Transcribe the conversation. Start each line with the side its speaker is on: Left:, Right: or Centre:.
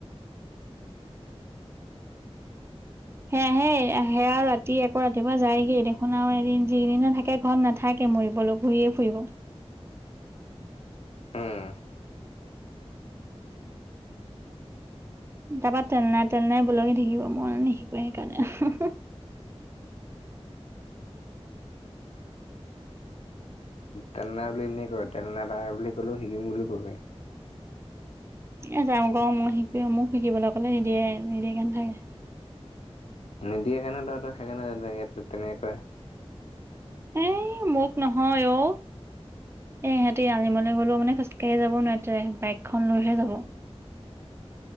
Right: সেয়াহে সেয়া ৰাতি আকৌ ৰাতিপুৱা যায়গেই দেখোন আৰু এদিন যিদিনা থাকে ঘৰত নাথাকে মৰিবলৈ ঘূৰিয়ে ফুৰিব।
Left: হম।
Right: তাৰাপৰা চেননাই তেননাই বলকি থাকিব মই নিশিক সেইকাৰণে
Left: তেলনাই বুলি এনে কয় তেল নাই বুলি কলেওঁ শিকিম বুলি কবি
Right: এ যাওঁ ক মই শিকো মোক শিকিবলৈ কলে নিদিয়ে নিদিয়ে কে থাক
Left: নিদিয়েকাৰণে তৰা সেইকাৰণে তেনেকে কই
Right: এ মোক নহয় অঔ এ সিহঁতি আনিবলৈ গলেওঁ মানে খোজকাঢ়ি যাব নোৱাৰি বাইকখন লৈহে যাব